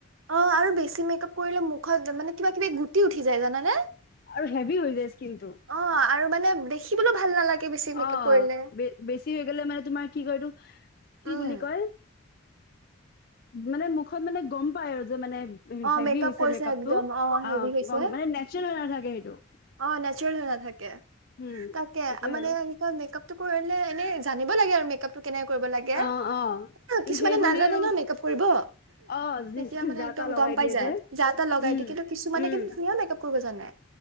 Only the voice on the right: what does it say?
অ' আৰু বেছি মেক-আপ কৰিলে মুখত মানে কিবা কিবি গুটি উঠি যায় জানানে।
অ আৰু মানে দেখিবলৈ ভাল নালাগে বেছি মেকআপ
কৰিলে
উম
অ
মেকআপ
কৰিছে
একদম অ
হেভি হৈছে
অ নেচাৰেল হৈ নাথাকে
তাকে
মানে
কি কয় মেকআপ টো কৰিলে এনে নি লাগে আৰু মেকপটো কেনে কৰিব লাগে
অ কিছুমানে
নাজানে
ন মেকপ কৰিব
তেতিয়া মানে
একদম
গম পাই
যায়
যা তটা লগাই
দিিয়ে কিন্তু কিছুমানে
কিন্তু ধুনীয়া মেকআপ কৰিব জানাই